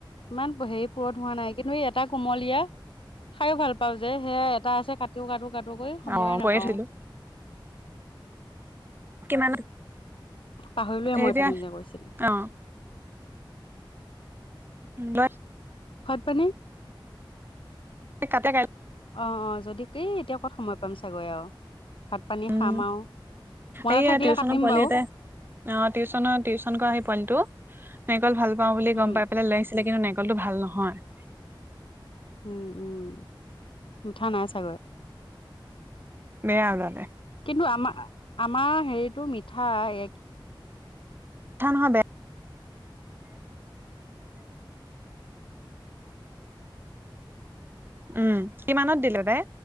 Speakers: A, on the left (about 85°); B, on the right (about 25°).
A: ইমান হেৰি পুৰত হোৱা নাই কিন্তু এই এটা কোমলীয়া খাইও ভাল পাওঁ যে যে সেয়া এটা আছে কটোি কাটো কটো কৰি সময়ে
B: অ
A: নাপাও
B: কৈয়ে থৈলো কিমান
A: পাহৰিলোৱে মই
B: এতিয়া
A: তুমি যে কৈছিলো
B: অ ব
A: ভাত পানী
B: কতে কাই
A: অ অ যদি কি এতিয়া ক'ত সময় পাম চাগৈ আৰু ভাত পানী
B: উম
A: খাম আৰু মনত
B: এইয়া
A: থাকিলে
B: টিউচনৰ
A: কাটিম
B: পোৱালিতে
A: বাৰু
B: অ টিউশচন টিউচন কৰা সি পোৱালিটো নাৰিকল ভাল পাও বুলি গম
A: উম
B: পাই পেলাই লৈ আহিছিলে কিন্তু নাৰিকলটো ভাল নহয়
A: উম উম মিঠা নাই চাগৈ
B: বেয়ানে
A: কিন্তু আমাৰ আমাৰ হেৰিটো মিঠা এক
B: নহয়াগে উম কিমানত দিলে তাই